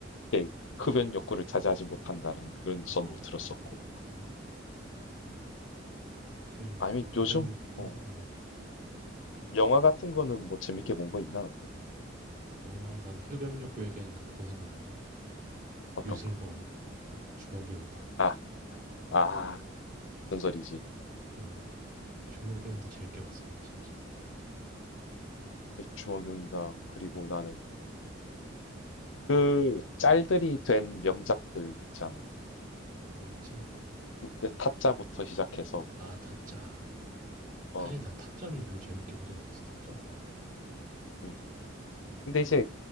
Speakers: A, on the left; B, on the right.
A: 이렇게 흡연 욕구를 자제하지 못한다는 그런
B: 아,
A: 썰도
B: 어,
A: 들었었고.
B: 흡연 욕구,
A: 아니면
B: 흡연
A: 요즘,
B: 욕구.
A: 어, 영화 같은 거는 뭐 재밌게 본 거 있나, 너는?
B: 영화 난 흡연욕구 얘기하니까 그거 생각난다.
A: 어떤
B: 유승범
A: 거?
B: 주먹이 온다.
A: 아, 아, 전설이지.
B: 어 주먹이 온다 재밌게 봤어 난 진짜.
A: <laughs> 주먹이 운다. 그리고 나는 그 짤들이 된 명작들 있잖아.
B: 뭐 있지?
A: 그때
B: 뭐뭐아
A: 타짜부터 시작해서,
B: 타짜.
A: 어,
B: 사실 난 타짜는 별로 재밌게 보진 않았어. 타짜 별로 안 좋아해 나.
A: 음. 근데 이제